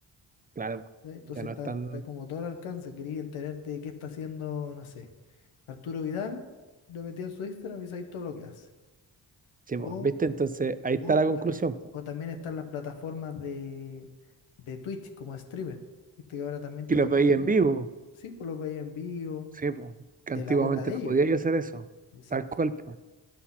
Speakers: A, on the right; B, on the left.
A: claro, po.
B: ¿ya? Entonces
A: Ya no
B: está,
A: están.
B: está como todo al alcance, quería enterarte de qué está haciendo, no sé, Arturo Vidal, lo metí en su Instagram y sabéis todo lo que hace.
A: Sí,
B: O,
A: po, ¿Viste? Entonces ahí está
B: o
A: la conclusión,
B: también,
A: po.
B: o también están las plataformas de, de Twitch como streamer. Viste que ahora también
A: Que
B: todo
A: los
B: streamean.
A: veía en vivo.
B: Sí, pues los veía en vivo.
A: Sí, pues, que
B: de
A: antiguamente
B: la boca de
A: no
B: ellos.
A: podía yo hacer eso,
B: Exacto.
A: tal cual, pues.